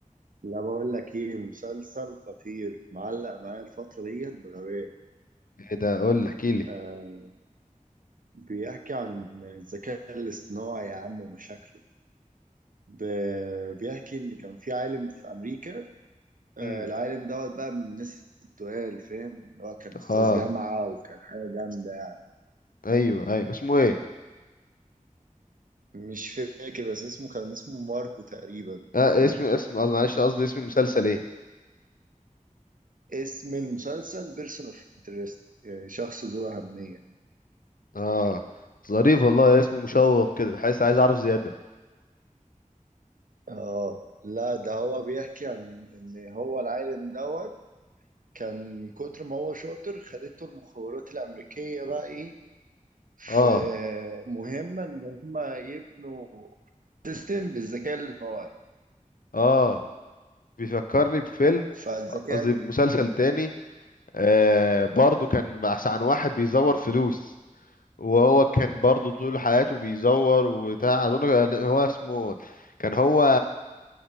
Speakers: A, on the right; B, on the left.
A: لا بقول لك ايه مسلسل خطير معلق معايا الفترة ديت بغباء
B: ايه ده قول لي احكي لي
A: آه بيحكي عن الذكاء الاصطناعي يا عم ومشاكله ب- بيحكي ان كان في عالم في امريكا آه
B: امم
A: العالم دوت بقى من الناس التقال فاهم اللي هو كان
B: اه
A: استاذ جامعة وكان حاجة جامدة يعني
B: ايوه ايوه اسمه ايه
A: مش فاكر بس اسمه كان اسمه ماركو تقريبا
B: آه
A: فاهمني؟
B: اسم اسم قصدي معلش قصدي اسم المسلسل ايه
A: اسم المسلسل بيرسون اوف انترست شخص ذو أهمية
B: اه ظريف والله اسمه مشوق كده تحس عايز اعرف زياده
A: اه لا ده هو بيحكي عن ان هو العالم دوت كان من كتر ما هو شاطر خدته المخابرات الامريكيه بقى ايه في
B: اه
A: مهمه ان هم يبنوا سيستم بالذكاء الاصطناعي
B: اه بيفكرني بفيلم
A: فالذكاء
B: قصدي مسلسل تاني آه برضو كان بحث عن واحد بيزور فلوس وهو كان برضو طول حياته بيزور وبتاع اظن كان هو اسمه كان هو